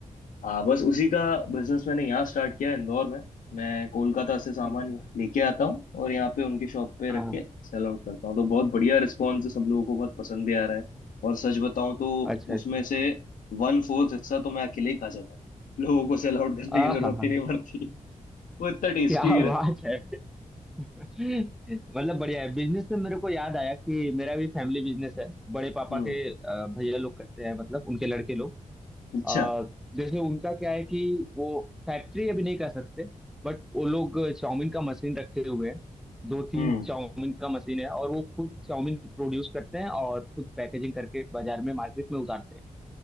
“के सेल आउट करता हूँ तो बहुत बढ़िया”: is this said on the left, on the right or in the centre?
Left